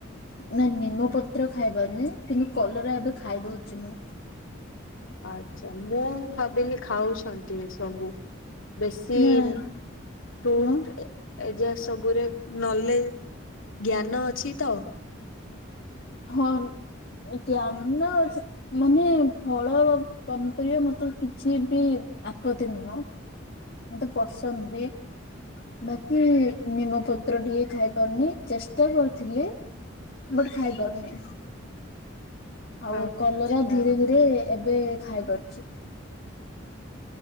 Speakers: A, on the left (about 50°); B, on the left (about 85°).
A: ନା ନିମ୍ବ ପତ୍ର ଖାଇ ପାରୁନି କିନ୍ତୁ କଲରା ଏବେ ଖାଇଦଉଚି ମୁଁ।
B: ଆଚ୍ଛା ମୁଁ ଭାବିଲି ଖାଉଛନ୍ତି ଏ ସବୁ। ବେଶୀ
A: ନାଇଁ
B: ଫ୍ରୁଟ।
A: ହଁ
B: ଏଯାକ୍ ସବୁରେ ନଲେଜ ଜ୍ଞାନ ଅଛି ତ?
A: ହଁ ଜ୍ଞାନ ଅଛି। ମାନେ ଫଳ ପନିପରିବା ମତେ କିଛି ବି ଆପତ୍ତି ନୁହଁ। ମତେ ପସନ୍ଦ ବି। ବାକି ନିମପତ୍ର ଟିକେ ଖାଇ ପାରୁନି ଚେଷ୍ଟା କରୁଥିଲି। ବଟ୍ ଖାଇପାରୁନି। ଆଉ
B: ଆଚ୍ଛା
A: କଲରା ଧୀରେ ଧୀରେ ଏବେ ଖାଇପାରୁଚି।